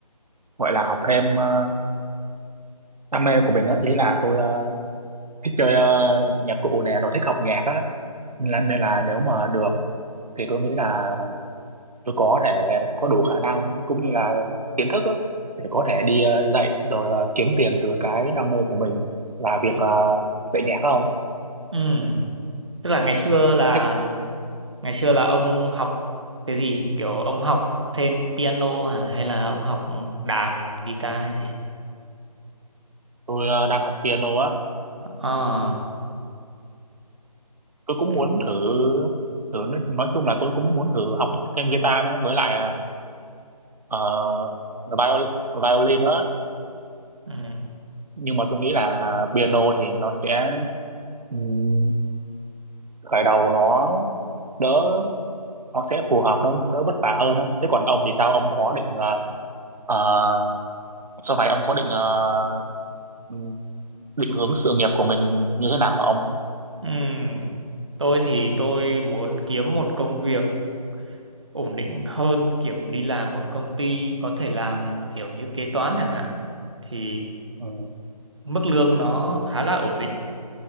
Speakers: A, on the right (about 70°); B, on the right (about 45°).
A: gọi là học thêm ờ, đam mê của mình á ý là tôi ờ, thích chơi ờ, nhạc cụ nè rồi thích học nhạc á nên là, nên là nếu mà được thì tôi nghĩ là tôi có thể có đủ khả năng cũng như là kiến thức á, để có thể đi ờ, dạy rồi ờ, kiếm tiền từ cái đam mê của mình là việc
B: ừ.
A: ờ, dạy nhạc không?
B: Ừ. Tức là ngày xưa là
A: Thế
B: ngày xưa là ông học cái gì? Kiểu ông học thêm piano hả? Hay là ông học đàn, guitar hay gì?
A: tôi ờ, đang học piano á,
B: À.
A: tôi cũng
B: Ừ.
A: muốn thử thử nói, nói chung là tôi cũng muốn thử học thêm guitar nữa với lại ờ, ờ, viol, violin nữa
B: Ừ.
A: nhưng mà tôi nghĩ là piano thì nó sẽ ừm, khởi đầu nó đỡ nó sẽ phù hợp nó đỡ vất vả hơn á. Thế còn ông thì sao? Ông có định ờ, ờ, Sau này ông có định ờ, ừm, định hướng sự nghiệp của mình như thế nào hả ông?
B: Ừ. Tôi thì tôi muốn kiếm một công việc ổn định hơn kiểu đi làm ở công ty có thể làm kiểu như kế toán chẳng hạn thì
A: ừ,
B: mức lương nó khá là ổn định